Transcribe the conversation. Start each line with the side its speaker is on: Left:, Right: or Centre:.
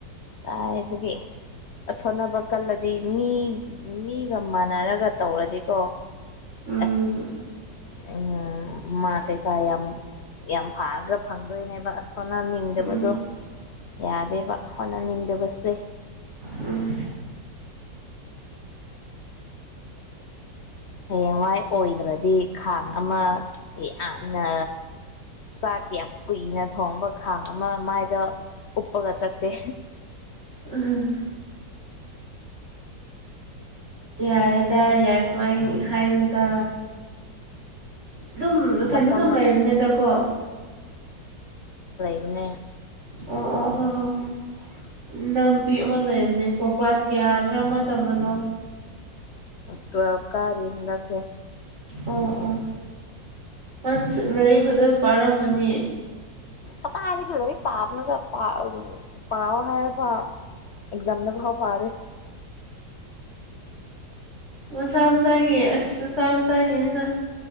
Left: ꯀꯥꯏꯗꯒꯤ ꯑꯁ ꯍꯣꯠꯅꯕ ꯀꯜꯂꯗꯤ ꯃꯤ ꯃꯤꯒ ꯃꯥꯟꯅꯔꯒ ꯇꯧꯔꯗꯤꯀꯣ
Right: ꯎꯝ
Left: ꯑꯁ ꯎꯝ ꯃꯥ ꯀꯩꯀꯥ ꯌꯥꯝ ꯌꯥꯝ ꯐꯥꯔꯒ ꯐꯪꯗꯣꯏꯅꯦꯕ ꯑꯁ ꯍꯣꯟꯅꯅꯤꯡꯗꯕꯗꯣ
Right: ꯎꯝ
Left: ꯌꯥꯗꯦꯕ ꯍꯣꯠꯅꯅꯤꯡꯗꯕ ꯁꯦ
Right: ꯎꯝ
Left: ꯍꯌꯦꯡꯋꯥꯏ ꯑꯣꯏꯗ꯭ꯔꯗꯤ ꯈꯥꯡ ꯑꯃ ꯌꯥꯝꯅ ꯆꯥꯛ ꯌꯥꯝ ꯀꯨꯏꯅ ꯊꯣꯡꯕ ꯈꯥꯡ ꯑꯃ ꯃꯥꯏꯗ ꯎꯞꯄꯒ ꯆꯠꯀꯦ
Right: ꯎꯝ ꯌꯥꯔꯦꯗ ꯌꯥꯔꯦ ꯁꯨꯃꯥꯏ ꯍꯥꯏꯅꯨꯗ ꯑꯗꯨꯝ ꯏꯊꯟꯇ
Left: ꯃꯇꯝ
Right: ꯑꯗꯨꯝ ꯂꯩꯕꯅꯤꯗꯀꯣ
Left: ꯅꯦ
Right: ꯑꯣ ꯑꯣ ꯍꯣꯏ ꯍꯣꯏ ꯍꯣꯏ ꯅꯥꯄꯤ ꯑꯃ ꯂꯩꯕꯅꯦꯀꯣ ꯀ꯭ꯂꯥꯁ ꯀꯌꯥꯗꯅꯣ ꯑꯃ ꯇꯝꯕꯗꯣ
Left: ꯇꯨꯋꯦꯜꯐ ꯀꯥꯔꯤ ꯍꯟꯗꯛꯁꯦ
Right: ꯑꯣ ꯑꯣ ꯃꯥꯗꯨ ꯂꯥꯏꯔꯤꯛ ꯐꯖꯅ ꯄꯥꯔꯝꯕꯅꯤ
Left: ꯀꯇꯥꯏꯗꯒꯤ ꯂꯥꯏꯔꯤꯛ ꯄꯥꯕꯅꯣꯗ ꯄꯥꯑ ꯄꯥꯎꯋꯣ ꯍꯥꯏꯔꯒ ꯄꯥꯎ ꯑꯦꯛꯖꯥꯝꯗ ꯈꯔ ꯄꯥꯗꯣꯏ
Right: ꯃꯁꯥ ꯃꯁꯥꯒꯤ ꯑꯁ ꯃꯁꯥ ꯃꯁꯥꯒꯤꯅꯤꯅ